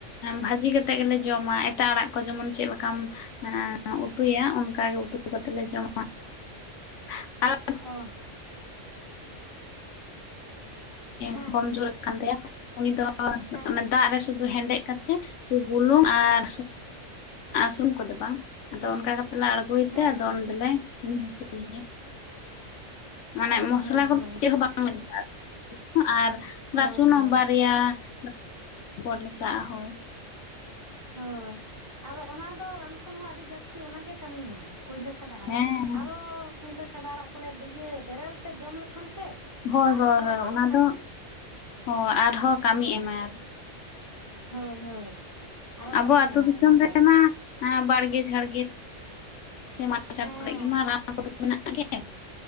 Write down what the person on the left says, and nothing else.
ᱵᱷᱟᱹᱡᱤ ᱠᱟᱛᱮᱜ ᱜᱮᱞᱮ ᱡᱚᱢᱟ, ᱮᱴᱟᱜ ᱟᱲᱟᱜ ᱠᱚ ᱡᱮᱢᱚᱱ ᱪᱮᱫ ᱞᱮᱠᱟᱢ ᱮᱸ ᱩᱛᱩᱭᱟ ᱚᱱᱠᱟ ᱜᱮ ᱩᱛᱩ ᱠᱟᱛᱮᱜ ᱞᱮ ᱡᱚᱢᱟ᱾ <inaudible> ᱮᱸ
<inaudible> ᱠᱚᱢ ᱡᱳᱨ᱾ ᱠᱟᱱ ᱛᱟᱭᱟ ᱩᱱᱤ ᱫᱚ
ᱚᱱᱟ ᱫᱟᱜ ᱨᱮ <inaudible> ᱦᱮᱸᱰᱮᱡ ᱠᱟᱛᱮ ᱵᱩᱞᱩᱝ ᱟᱨ <inaudible> ᱠᱚᱫᱚ ᱵᱟᱝ᱾ ᱟᱫᱚ ᱚᱱᱠᱟ ᱠᱟᱛᱮ ᱞᱮ ᱟᱬᱜᱚᱭ
ᱛᱮ ᱟᱫᱚ
ᱩᱱ ᱫᱚᱞᱮ ᱧᱩ ᱦᱚᱪᱚᱭᱮᱭᱟ᱾ ᱢᱟᱱᱮ
ᱢᱚᱥᱞᱟ
<inaudible> ᱪᱮᱫ ᱦᱚᱸ ᱵᱟᱝ᱾ <inaudible> ᱟᱨ
ᱨᱟᱥᱩᱱ
ᱚᱸ ᱵᱟᱨᱭᱟ <inaudible> ᱯᱚᱨ ᱢᱮᱥᱟᱣᱟᱜ-ᱟ ᱦᱳᱭ᱾
ᱦᱮᱸ
ᱦᱳᱭ
ᱦᱳᱭ ᱦᱳᱭ
ᱚᱱᱟ
ᱫᱚ, ᱦᱚᱸ ᱟᱨᱦᱚᱸ ᱠᱟᱹᱢᱤ
ᱮᱢᱟᱭ᱾
ᱟᱵᱚ
ᱟᱹᱛᱩ
ᱫᱤᱥᱚᱢ
ᱨᱮᱢᱟ ᱮᱸ ᱵᱟᱲᱜᱮ ᱡᱷᱟᱲᱜᱮ ᱥᱮ ᱢᱟᱫᱽ ᱡᱷᱟᱲ
ᱠᱚᱨᱮᱜ ᱜᱮ ᱢᱟ ᱨᱟᱱ ᱠᱚᱫᱚ ᱢᱮᱱᱟᱜ ᱜᱮ᱾